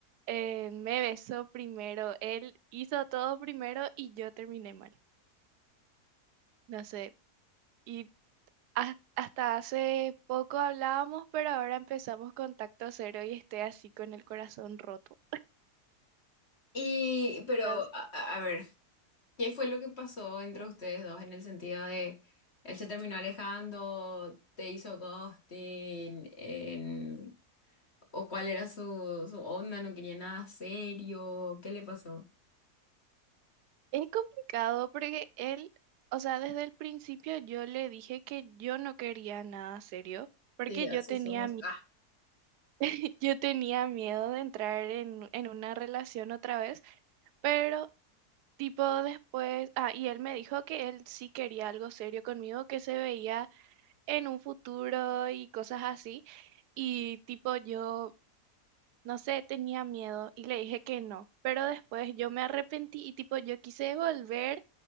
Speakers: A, on the right (about 80°); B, on the left (about 40°).
A: eh, me besó primero, él hizo todo primero y yo terminé mal. No sé. Y Has- Hasta hace poco hablábamos, pero ahora empezamos contacto cero y estoy así con el corazón roto.
B: Y, pero,
A: Las-
B: a, a- a ver, ¿qué fue lo que pasó entre ustedes dos en el sentido de él se terminó alejando, te hizo ghosting, en- o cuál era su, su onda, no quería nada serio? ¿Qué le pasó?
A: Es complicado porque él, o sea, desde el principio yo le dije que yo no quería nada serio, porque
B: Sí, así
A: yo tenía,
B: somos.
A: mi-
B: Ah.
A: <laughs> yo tenía miedo de entrar en, en una relación otra vez, pero tipo después, ah, y él me dijo que él sí quería algo serio conmigo, que se veía en un futuro y cosas así. Y tipo yo No sé, tenía miedo y le dije que no, pero después yo me arrepentí y tipo yo quise volver